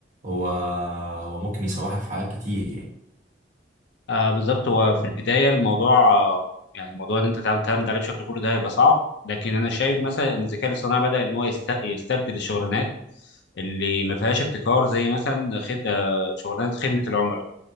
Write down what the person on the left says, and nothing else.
آه بالظبط هو في البدايه الموضوع آه يعني الموضوع ان انت تعم- تعتمد عليه بشكل كله ده هيبقى صعب لكن انا شايف مثلا ان الذكاء الاصطناعي بدأ ان هو يست- يستبدل الشغلانات اللي ما فيهاش ابتكار زي مثلا خد... آه، شغلانه خدمه العملاء